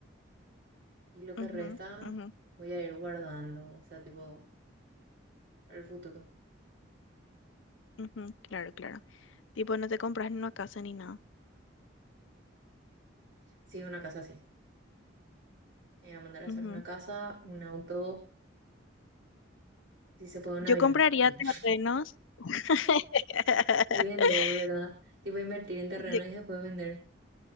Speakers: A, on the right; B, on the left.
A: Y lo que
B: Ujú,
A: resta
B: ujú, ujú,
A: voy a ir guardando, o sea, tipo, para el futuro.
B: ujú, Claro, claro. Tipo, no te compras ni una casa ni nada.
A: Sí, una casa así. Me voy a mandar a hacer
B: Ujú.
A: una casa, un auto, si se puede un
B: Yo
A: avión.
B: compraría
A: Mm.
B: terrenos. <laughs>
A: Y vender, ¿verdad? Tipo, invertir en terreno
B: Yo
A: y después vender.